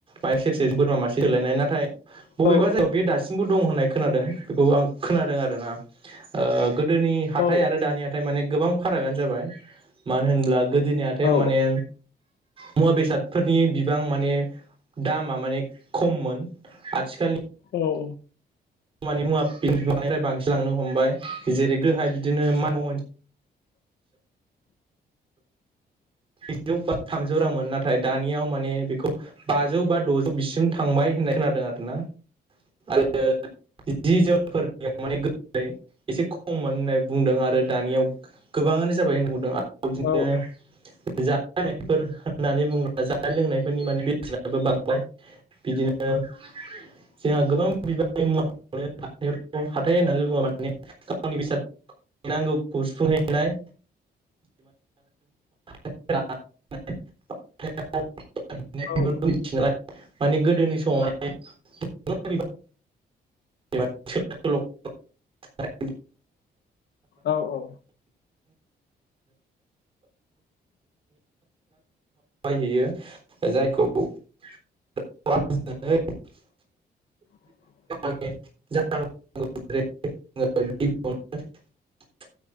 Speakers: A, on the right; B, on the left.
A: मय सेरसे बोरमा मासे सोलायनाय नाथाय बबेबा
B: औ
A: जायगायाव बे दासिमबो दं होननाय खोनादों बेखौ आं खोनादों आरो ना ओ गोदोनि हाथाइ
B: औ
A: आरो दानि हाथाइ माने गोबां फारागानो जाबाय मानो होनब्ला गो माथाइआव
B: औ
A: माने मुवा बेसादफोरनि बिबां माने दामा माने खममोन आथिखालनि
B: औ
A: खानि मुवा बांफ्राय बांसिन लांनो हमबाय जेरै गोहाय बिदिनो माम'
B: <inaudible>
A: ब्रैजौ बा थामजौ रांमोन नाथाय दानियाव माने बेखौ बाजौ बा द'जौ बिसिम थांबाय होन्नाय खोनादों आरो ना आरो जि जोनफोरनियाव माने गो एसे खममोन होननानै बुंदों आरो दानियाव गोबाङानो जाबाय होनना बुंदों आरो बिदिनो
B: औ
A: जानाय लोंनायफोर होननानै बुङोब्ला जानाय लोंनायफोरनि माने बेसेनाबो बांबाय बिदिनो <unintelligible>
B: <inaudible>
A: जोंहा गोबां बिबार मुवा हावथ' हाथाइ होननानै बुङा माने गावनि बेसाद नांगौखौ सुफुंहैनाय मिथि <unintelligible>
B: औ
A: माने गोदोनि समाव <unintelligible> <unintelligible>
B: औ औ।
A: हैयो <unintelligible> जायखौ <unintelligible>
B: <inaudible>
A: <unintelligible>